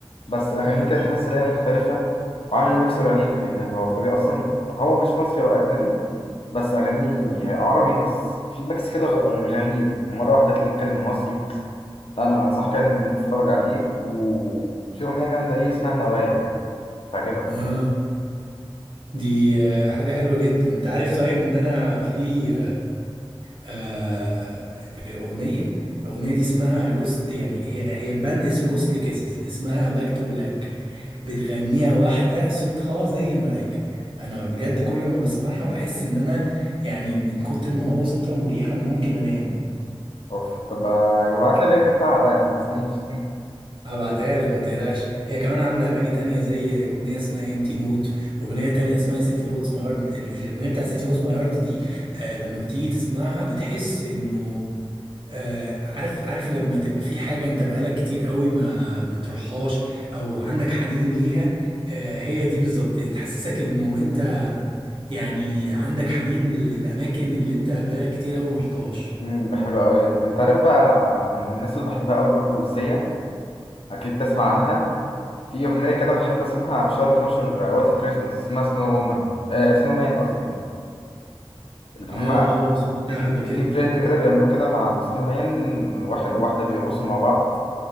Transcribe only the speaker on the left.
بس أغانيه
كانت
تحس
إن هي مختلفة وعامل ميكس رهيب فاهم يعني هو في طبيعة أصلا هو مش مصري هو أجنبي بس أغانيه عربي بس في ميكس كده غ- غريب مرة واحدة تلاقيه يتكلم مصري لا أنا أنصحك يعني إن أنت تتفرج عليه وفي أغنية جامدة ليه اسمها نوايا تعجبك
أوف طب ابعت لي اللينك بتاعها بقى ما تنسانيش <laughs>
أمم، ده حلو أوي أنت عارف بقى من الناس اللي بحبها أوي برضو سيا أكيد تسمع عنها في أغنية كده بحب أسمعها في شهر 12 وقت كريسماس اسمها سنو وومن آه سنو مان قصدي اللي
هما
في
في ترند كده بيعملوه كده مع السنو مان واحد وواحدة بيرقصوا مع بعض